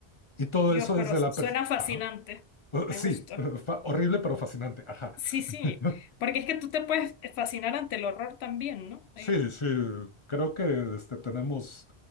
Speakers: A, on the left; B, on the left.
A: Y todo
B: Dios,
A: eso
B: pero
A: desde
B: suena
A: la... pers-
B: fascinante,
A: Ajá. Uh,
B: me
A: Sí,
B: gusta.
A: <laughs> fa- horrible pero fascinante. Ajá.
B: Sí, sí,
A: <laughs>
B: porque es que tú te puedes fascinar ante el horror también, ¿no?
A: Sí, sí, creo que este, tenemos